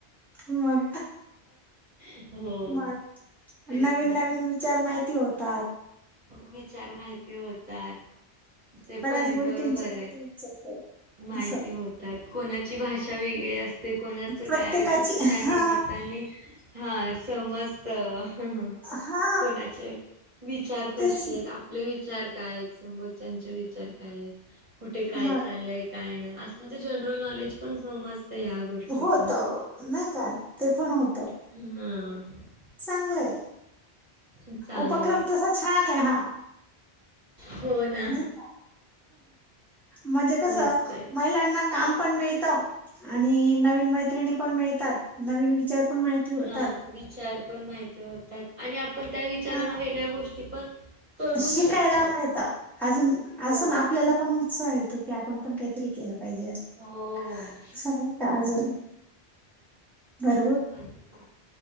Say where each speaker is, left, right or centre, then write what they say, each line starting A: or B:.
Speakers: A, in the centre; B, on the right.
A: मग
B: हो.
A: मग
B: तेच
A: नवीन
B: ना.
A: नवीन विचार माहिती होतात.
B: विचार माहिती होतात. ते
A: बऱ्याच
B: पण हे
A: गोष्टींची
B: बरोबर
A: माहिती
B: आहे.
A: उचलते
B: माहिती
A: असं
B: होतात. कोणाची भाषा वेगळी अस ते कोणाच
A: प्रत्येकाची
B: काय वेगळं असतं त्यानिमित्तानी
A: हा
B: समजतं
A: हा
B: कोणाचे विचार कशेत
A: तेच
B: आपले विचार काय आहेत, समोरच्यानचे विचार काय आहेत? कुठे काय
A: मग
B: चाललंय? काय नाही. असं म्हणजे जनरल नॉलेज पण समजतं ह्या गोष्टीत
A: होतं नाही का ते पण हो
B: हम
A: चांगलय.
B: चांगलंय
A: उपक्रम तसा छान आहे हा.
B: हो ना
A: नाही. म्हणजे कसं
B: मस्त आहे
A: महिलांना काम पण मिळत आणि नवीन मैत्रिणी पण मिळतात. नवीन विचार पण माहिती होतात.
B: हा विचार पण माहिती होतात आणि आपण त्या विचारानं
A: हा
B: वेगळ्या गोष्टी पण करू
A: शिकायला
B: शकतो
A: मिळतं. अजून
B: हो.
A: अजून आपल्याला पण उत्साह येतो की आपण पण काहीतरी केलं पाहि
B: हो हो
A: पाहिजेज
B: हो.
A: सगळं ताज बरोबर
B: अच्छा